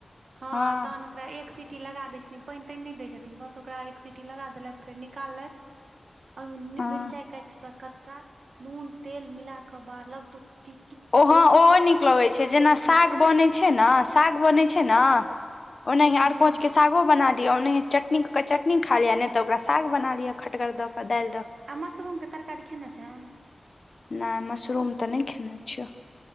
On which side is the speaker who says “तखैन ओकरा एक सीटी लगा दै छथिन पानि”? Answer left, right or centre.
Right